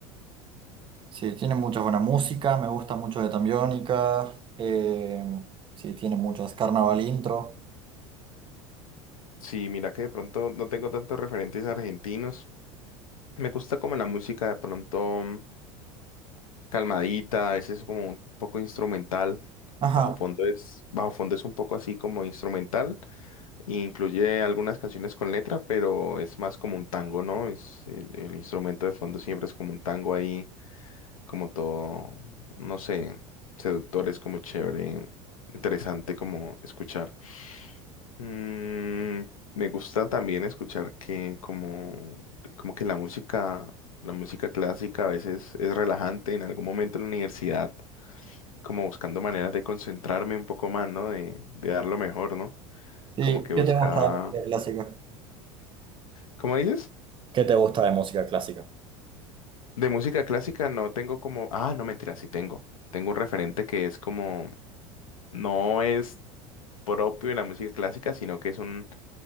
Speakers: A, on the right; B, on the left.
A: sí, tiene mucha buena música, me gusta mucho de Tambiónica. eh, sí, tiene muchas. Carnaval intro.
B: Sí, mira que de pronto no tengo tantos referentes argentinos. Me gusta como la música de pronto. mm, calmadita, a veces como un poco instrumental.
A: Ajá.
B: Bajo fondo es, bajo fondo es un poco así como instrumental, e incluye algunas canciones con letra, pero es más como un tango, ¿no? Es el, el instrumento de fondo siempre es como un tango ahí, como todo, no sé, seductor, es como chévere, interesante como escuchar. Mm, me gusta también escuchar que como, como que la música, la música clásica a veces es relajante. En algún momento en la universidad como buscando maneras de concentrarme un poco más, ¿no? De, de dar lo mejor, ¿no?
A: ¿Y
B: Como que
A: qué
B: busca,
A: te gusta de música clásica?
B: ¿cómo dices?
A: ¿Qué te gusta de música clásica?
B: De música clásica no tengo como, ah, no, mentira, sí tengo. Tengo un referente que es como, no es propio de la música clásica, sino que es un